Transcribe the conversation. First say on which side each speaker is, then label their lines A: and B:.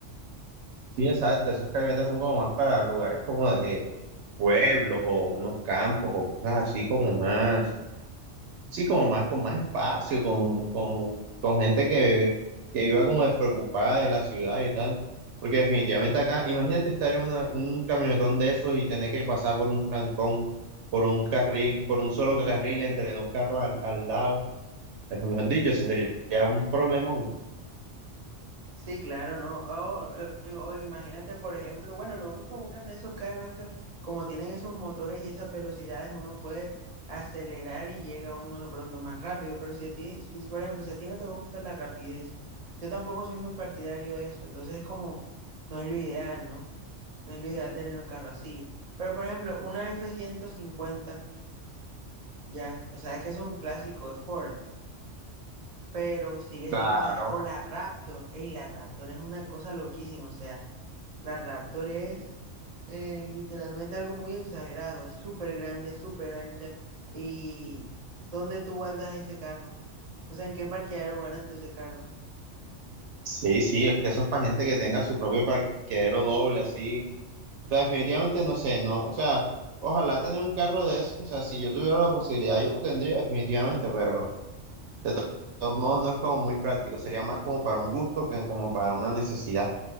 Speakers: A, on the right (about 70°); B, on the right (about 35°).
A: Sí, exacto, esas camionetas son como más para lugares como de pueblos o unos campos o cosas así como más, sí, como más con más espacio, con, con, con gente que, que iba como despreocupada de la ciudad y tal. Porque definitivamente acá, imagínate estar en una- un camionetón de esos y tener que pasar por un trancón, por un carril, por un solo carril entre dos carros al, al lado. Eso, mejor dicho, eso sería un problemón.
B: Sí, claro, ¿no? O eh, o imagínate, por ejemplo, bueno, lo único bueno de esos carros es que como tienen esos motores y esas velocidades, uno puede acelerar y llega uno de pronto más rápido, pero si a ti, si, por ejemplo, si a ti no te gusta la rapidez, yo tampoco soy muy partidario de eso, entonces es como, no es lo ideal, ¿no? No es lo ideal tener un carro así. Pero, por ejemplo, una f ciento cincuenta ya, o sea, es que eso es un clásico de Ford, pero sigue siendo
A: Claro.
B: esa, o la Raptor, ey, la Raptor es una cosa loquísima, o sea. La Raptor es eh, literalmente algo muy exagerado, es súper grande, súper ancha. ¿Y dónde tú guardas ese carro? O sea, ¿en qué parqueadero guardaste ese carro?
A: Sí, sí, es que eso es para gente que tenga su propio parqueadero doble, así. O sea, definitivamente no sé, no, o sea, ojalá tener un carro de eso, o sea, si yo tuviera la posibilidad, yo lo tendría definitivamente, pero de to- todos modos no es como muy práctico, sería más como para un gusto que como para una necesidad,